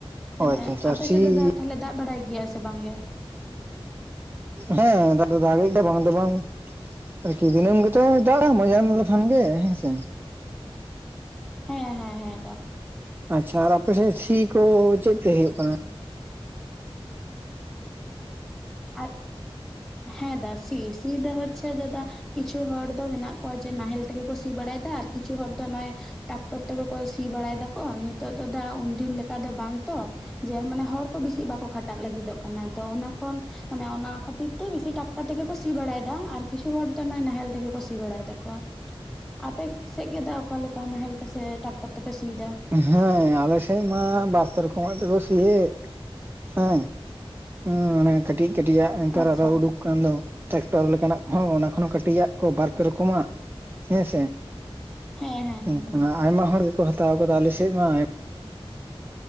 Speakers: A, in the centre; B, on the right.
A: ᱛᱟᱞᱦᱮ
B: ᱚ ᱟᱪᱪᱷᱟ ᱟᱪᱪᱷᱟ
A: ᱟᱯᱮ
B: ᱥᱤ
A: ᱥᱮᱫ ᱛᱮᱫᱚ ᱛᱟᱞᱦᱮ ᱫᱟᱜᱽ ᱵᱟᱲᱟᱭ ᱜᱮᱭᱟ ᱥᱮ ᱵᱟᱝᱜᱮ?
B: ᱦᱮᱸ ᱫᱟᱜᱽ ᱫᱚ ᱫᱟᱜᱮᱜ ᱜᱮᱭᱟ ᱵᱟᱝ ᱫᱚ ᱵᱟᱝ᱾ ᱟᱨᱠᱤ ᱫᱤᱱᱟᱹᱢ ᱜᱮᱛᱚ ᱫᱟᱜᱟᱜ ᱢᱚᱡ ᱧᱟᱢ ᱮᱢ ᱞᱮᱠᱷᱟᱱ ᱜᱮ ᱦᱮᱸᱥᱮ,
A: ᱦᱮᱸ ᱦᱮᱸ ᱦᱮᱸ ᱫᱟ᱾
B: ᱟᱪᱪᱷᱟ ᱟᱨ ᱟᱯᱮᱥᱮᱜ ᱥᱤ ᱠᱚ ᱪᱮᱫ ᱛᱮ ᱦᱩᱭᱩᱜ ᱠᱟᱱᱟ?
A: ᱟᱨ ᱦᱮᱸ ᱫᱟ ᱥᱤ ᱥᱤ ᱫᱚ ᱦᱚᱪᱷᱮ ᱫᱟᱫᱟ ᱠᱤᱪᱷᱩ ᱦᱚᱲ ᱫᱚ ᱢᱮᱱᱟᱜ ᱠᱚᱣᱟ ᱡᱮ ᱱᱟᱦᱮᱞ ᱛᱮᱜᱮ ᱠᱚ ᱥᱤ ᱵᱟᱲᱟᱭᱮᱫᱟ ᱟᱨ ᱠᱤᱪᱷᱩ ᱦᱚᱲ ᱫᱚ ᱱᱚᱜᱼᱚᱭ ᱴᱟᱠᱴᱚᱨ ᱛᱮᱜᱮ ᱠᱚ ᱥᱤ ᱵᱟᱲᱟᱭ ᱫᱟᱠᱚ ᱱᱤᱛᱚᱜ ᱫᱚ ᱫᱟ ᱩᱱᱫᱤᱱ ᱞᱮᱠᱟ ᱫᱚ ᱵᱟᱝᱛᱚ᱾ ᱡᱮ ᱢᱟᱱᱮ ᱦᱚᱲ ᱠᱚ ᱵᱮᱥᱤ ᱵᱟᱠᱚ ᱠᱷᱟᱴᱟᱜ ᱞᱟᱹᱜᱤᱫᱚᱜ ᱠᱟᱱᱟ ᱛᱚ ᱚᱱᱟ ᱠᱷᱚᱱ ᱢᱟᱱᱮ ᱚᱱᱟ ᱠᱷᱟᱹᱛᱤᱨ ᱛᱮ ᱵᱤᱥᱤ ᱴᱟᱠᱴᱟᱨ ᱛᱮᱜᱮ ᱠᱚ ᱥᱤ ᱵᱟᱲᱟᱭᱮᱫᱟ ᱟᱨ ᱠᱤᱪᱷᱩ ᱦᱚᱲ ᱫᱚ ᱱᱚᱜᱚᱭ ᱱᱟᱦᱮᱞ ᱛᱮᱜᱮ ᱠᱚ ᱥᱤ ᱵᱟᱲᱟᱭ ᱫᱟᱠᱚ᱾
B: <inaudible>
A: ᱟᱯᱮᱜ ᱥᱮᱫ ᱜᱮ ᱫᱟᱜ ᱚᱠᱟ ᱞᱮᱠᱟ ᱱᱟᱦᱮᱞ ᱛᱮ ᱥᱮ ᱴᱟᱠᱴᱟᱨ ᱛᱮᱯᱮ ᱥᱤᱭᱮᱫᱟ?
B: ᱦᱮᱸ ᱟᱞᱮ ᱥᱮᱫ ᱢᱟ ᱵᱟᱨ ᱯᱮ ᱨᱚᱠᱚᱢ ᱟᱜ ᱛᱮ ᱠᱩ ᱥᱤᱭᱮᱫ ᱾ ᱦᱮᱸ ᱦᱮᱸ ᱚᱱᱮ ᱠᱟᱹᱴᱤᱡ ᱠᱟᱹᱴᱤᱡᱟᱜ ᱱᱮᱛᱟᱨ
A: ᱟᱪᱪᱷᱟ
B: ᱟᱨᱚ ᱩᱰᱩᱠ ᱫᱚ ᱴᱨᱟᱠᱴᱚᱨ ᱞᱮᱠᱟᱱᱟᱜ ᱦᱚᱸ ᱚᱱᱟ ᱠᱷᱚᱱ ᱦᱚᱸ ᱠᱟᱹᱴᱤᱡᱟᱜ ᱠᱚ ᱵᱟᱨᱯᱮ ᱨᱚᱠᱚᱢᱟᱜ ᱦᱮᱸᱥᱮ᱾
A: ᱦᱮᱸ ᱦᱮᱸ ᱦᱮᱸ
B: ᱚᱱᱠᱟ
A: ᱦᱮᱸ
B: ᱟᱭᱢᱟ ᱦᱚᱲ ᱜᱮᱠᱚ ᱦᱟᱛᱟᱣ ᱠᱟᱫᱟ ᱟᱞᱮ ᱥᱮᱫ ᱢᱟ ᱟᱭ